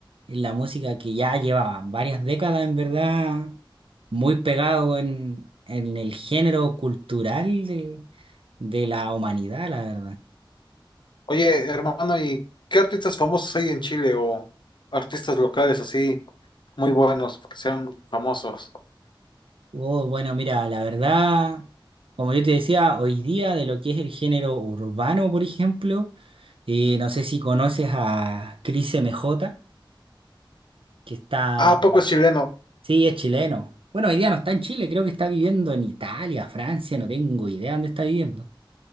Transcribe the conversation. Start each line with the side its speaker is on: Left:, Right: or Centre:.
Right: es la música que ya llevaba varias décadas, en verdad, muy pegado en, en el género cultural de, de la humanidad, la verdad.
Left: Oye, hermano, ¿y qué artistas famosos hay en Chile o artistas locales así muy buenos que sean famosos?
Right: Oh, bueno, mira, la verdad, como yo te decía, hoy día de lo que es el género urbano, por ejemplo, eh, no sé si conoces a Cris M J, que está,
Left: Ah, ¿a poco es chileno.
Right: sí, es chileno. Bueno, hoy día no está en Chile, creo que está viviendo en Italia, Francia, no tengo idea dónde está viviendo.